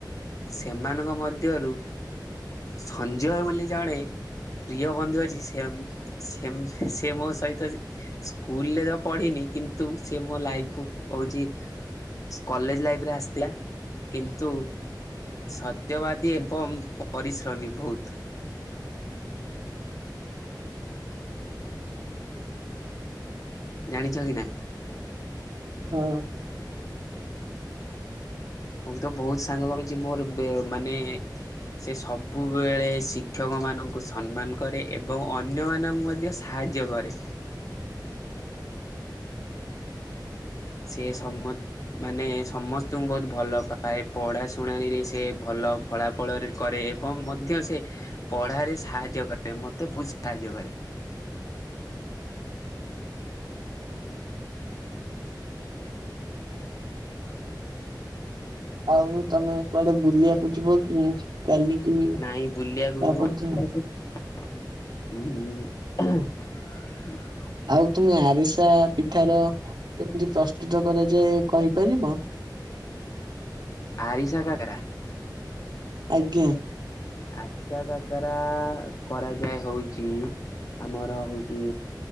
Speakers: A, on the left; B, on the right.
A: ସେମାନଙ୍କ ମଧ୍ୟରୁ ସଞ୍ଜୟ ବୋଲି ଜଣେ ପ୍ରିୟ ବନ୍ଧୁ ଆଜି ସେମ ସେମ ସେ ମୋ ସହିତ ସ୍କୁଲରେ ତ ପଢିନି। କିନ୍ତୁ ସେ ମୋ ଲାଇଫ କୁ ହଉଛି କଲେଜ ଲାଇଫ ରେ ଆସିଥିଲା। କିନ୍ତୁ ସତ୍ୟବାଦୀ ଏବଂ ପରିଶ୍ରମୀ ଭୋହୁତ। ଜାଣିଛ କି ନାଇଁ।
B: ହଁ।
A: ମୁଁ ତ ବହୁତ ସାଙ୍ଗ କରିଚି ମୋର ବେ ମାନେ ସେ ସବୁବେଳେ ଶିକ୍ଷକ ମାନଙ୍କୁ ସମ୍ମାନ କରେ। ଏବଂ ଅନ୍ୟ ମାନଙ୍କୁ ମଧ୍ୟ ସାହା ଯ୍ୟ କରେ। ସେ ସମତ ମାନେ ସମସ୍ତଙ୍କୁ ବହୁତ ଭଲ ପାଏ। ପଢା ଶୁଣାଣିରେ ସେ ଭଲ ଭଲ ଫଳାଫଳରେ କରେ। ଏବଂ ମଧ୍ୟ ସେ ପଢ଼ାରେ ସାହାଯ୍ୟ କରେ ମତେ ବୁଝ ସାହାଯ୍ୟ କରେ। ରେ।
B: ଆଉ ତମେ କୁଆଡେ ବୁଲିବାକୁ ଯିବ କି? କାଲି
A: ନାଇଁ
B: କି
A: ବୁଲିବାକୁ
B: ତା ପରଦିନ?
A: ନୁହଁ। ହୁଁ। ହଁ।
B: ଆଉ ତୁମେ ଆରିସା ପିଠାର ତି ପ୍ରସ୍ତୁତ କରାଯାଏ କହିପାରିବ?
A: ଆରିଷା କାକରା।
B: ଆଜ୍ଞା।
A: ଆରର୍ଶା କାକରା କରାଯାଏ। ହଉଛି ଆମର ହଉଚି।